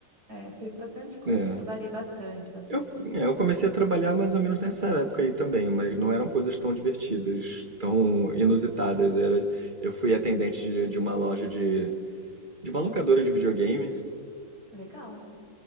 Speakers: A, on the right (about 50°); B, on the right (about 25°).
A: É, fiz bastante coisa,
B: É.
A: trabalhei bastante, bastante.
B: Eu, é, eu comecei a trabalhar mais ou menos nessa época aí também, mas não eram coisas tão divertidas, tão inusitadas. Era, eu fui atendente de, de uma loja de, de uma locadora de videogame.
A: Legal.